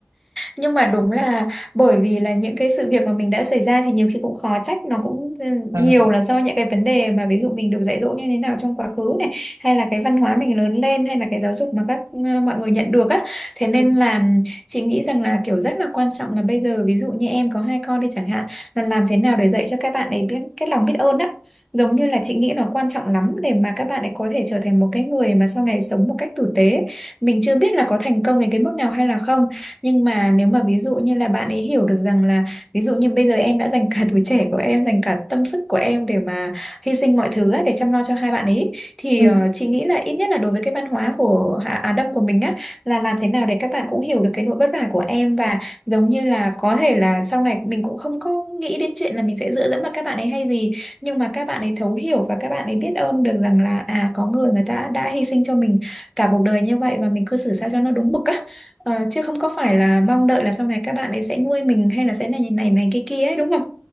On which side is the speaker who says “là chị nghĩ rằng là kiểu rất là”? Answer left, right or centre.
Centre